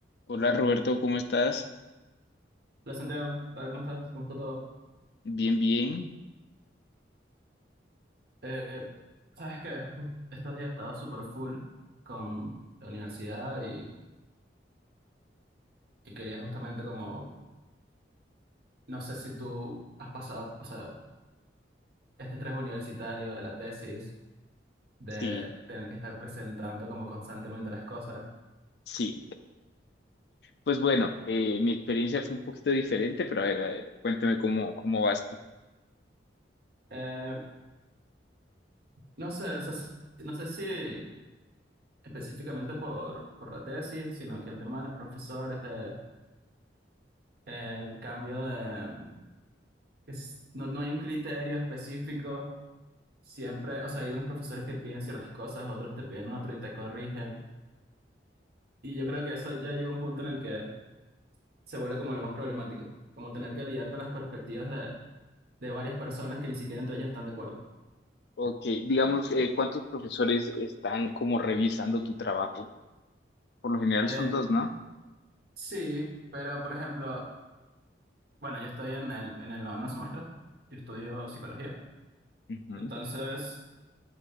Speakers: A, on the left; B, on the right.
A: Hola Roberto, ¿cómo estás?
B: Hola Santiago, ¿qué ¿Cómo estás? ¿Cómo está todo?
A: Bien, bien.
B: Eh, sabes que estos días estaba súper full con la universidad y, y quería justamente como, no sé si tú has pasado, o sea, este estrés universitario de la tesis, de
A: Sí,
B: tener que estar presentando como constantemente las cosas.
A: sí. Pues bueno, eh, mi experiencia fue un poquito diferente, pero a ver, a ver, cuéntame cómo, cómo vas tú.
B: Eh, no sé, o sea, si- no sé si específicamente por, por la tesis, sino que el tema de los profesores, de, el cambio de... es- no, no hay un criterio específico Siempre, o sea, hay unos profesores que piden ciertas cosas, otros te piden otro y te corrigen. Y yo creo que eso ya llega a un punto en el que se vuelve como lo más problemático, como tener que lidiar con las perspectivas de, de varias personas que ni siquiera entre ellos están de acuerdo.
A: Ok, digamos, eh, ¿cuántos profesores están como revisando tu trabajo? Por lo general
B: Eh,
A: son dos, ¿no?
B: sí, pero por ejemplo, bueno, yo estoy en el, en el noveno semestre, yo estudio psicología.
A: Ujú.
B: Entonces,